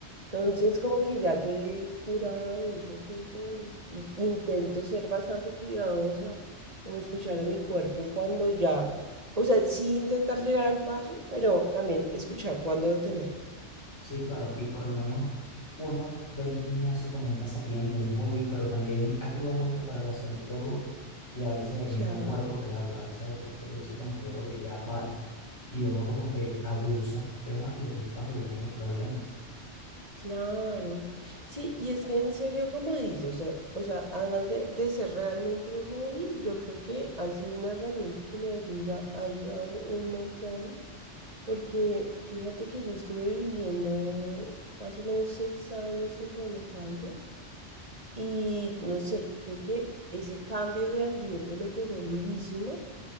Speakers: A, on the right; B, on the left.
A: Entonces, como que ya quedé curada de ese asunto y, y intento ser bastante cuidadosa, como escuchar a mi cuerpo cuando ya, o sea, sí intentar llegar al fallo, pero también escuchar cuando detenerme.
B: Sí, claro, y por lo menos uno ve el gimnasio como un pasatiempo, un hobby, pero también ayuda mucho para la salud de uno. Y a veces el
A: Claro,
B: mismo cuerpo te habla, a veces el cuerpo te dice como que, oye, ya para. Y uno como que abusa de más y aquí es cuando vienen los problemas.
A: claro. Sí, y es que en serio, como dices, o sea, o sea, además de, de ser realmente un hobby, yo creo que ha sido una herramienta que me ayuda, ha ayudado un montón Porque fíjate que yo estuve viviendo más o menos seis años en Buenos Aires y no sé, creo que ese cambio de ambiente me pegó durísimo